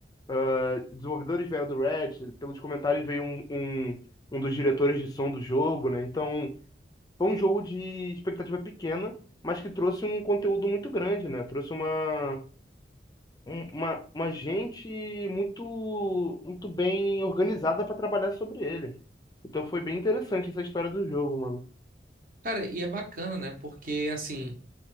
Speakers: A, on the left (about 20°); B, on the right (about 50°).
A: ah, desenvolvedores vieram do Reddit, pelos comentários veio um, um, um dos diretores de som do jogo, né? Então, foi um jogo de expectativa pequena, mas que trouxe um conteúdo muito grande, né? Trouxe uma, um- uma, uma gente muito, muito bem organizada para trabalhar sobre ele. Então, foi bem interessante essa história do jogo, mano.
B: Cara, e é bacana, né? Porque assim,